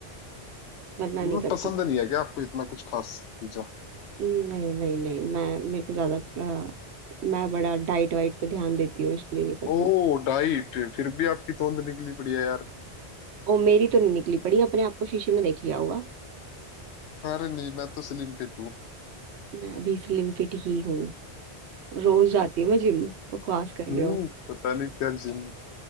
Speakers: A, on the right; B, on the left.
A: वरना
B: मतलब
A: नहीं करती
B: पसंद नहीं है क्या आपको इतना कुछ खास पिज्जा
A: नहीं नहीं नहीं मैं मेरे को ज्यादा अ, मैं बड़ा डाइट वाइट पे ध्यान देती हूँ इसलिए नहीं पसंद
B: ओ डाइट फिर भी आपकी तोंद निकली पड़ी है यार
A: ओ मेरी तो नहीं निकली पड़ी अपने आप को शीशे में देख लिया होगा
B: अरे नहीं मैं तो स्लिम फिट हूँ
A: मैं अभी स्लिम फिट ही हूँ रोज जाती हूँ मैं जिम बकवास कर रहे
B: हम्म
A: हो
B: पता नहीं क्या जिम